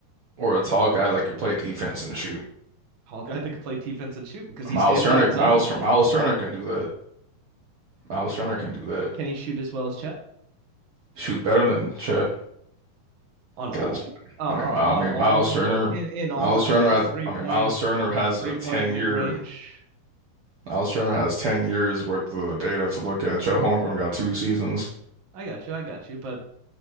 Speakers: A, on the right; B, on the right.
A: or a tall guy that could play defense and shoot?
B: Hawkeye that could play defense and shoot because he
A: Miles
B: stands
A: Turner,
B: on his
A: Miles,
B: own.
A: Miles Turner can do that. Miles Turner can do that.
B: Can he shoot as well as Chet
A: Shoot better than Chet.
B: on
A: Because
B: all uh,
A: I
B: uh,
A: mean, I
B: on
A: mean,
B: all
A: Miles Turner,
B: in in all
A: Miles
B: aspects?
A: Turner has,
B: Three
A: I
B: point,
A: mean, Miles Turner has
B: three
A: a
B: point
A: 10
B: mid
A: year,
B: range.
A: Miles Turner has 10 years worth of data to look at. Chet Holmgren got two seasons.
B: I got you. I got you. But